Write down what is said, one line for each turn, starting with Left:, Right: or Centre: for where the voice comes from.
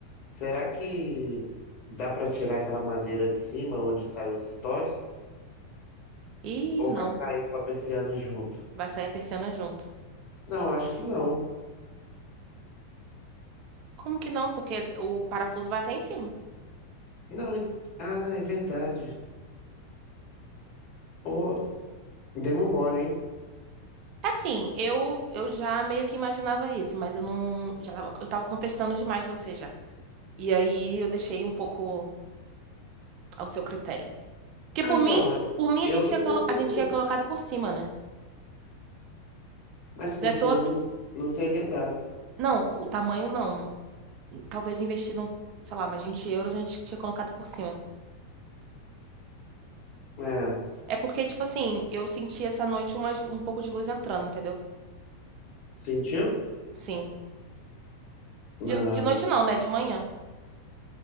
Left: Será que dá para tirar aquela madeira de cima onde saem os stories?
Right: Ih,
Left: Ou
Right: não.
Left: vai sair com a Persiana junto?
Right: Vai sair a persiana junto.
Left: Não, acho que não.
Right: Como que não? Porque o parafuso vai até em cima.
Left: Não, en- ah, é verdade. Pô, demos mole, hein?
Right: Assim, eu eu já meio que imaginava isso, mas eu não já tava, eu tava contestando demais você já. E aí eu deixei um pouco ao seu critério. Porque
Left: Não,
Right: por
Left: então,
Right: mim,
Left: é,
Right: por mim
Left: eu
Right: a gente
Left: não
Right: tinha
Left: pensei
Right: colo- a gente
Left: nisso.
Right: tinha colocado por cima, né?
Left: Mas por
Right: Não é à
Left: cima
Right: toa que-
Left: não, não teria dado.
Right: não, o tamanho não. Talvez investido, um, sei lá, mais 20 euros a gente tinha colocado por cima.
Left: É,
Right: É porque, tipo assim, eu senti essa noite uma, um pouco de luz entrando, entendeu?
Left: sentiu?
Right: Sim.
Left: Não.
Right: De, de noite não, né? De manhã.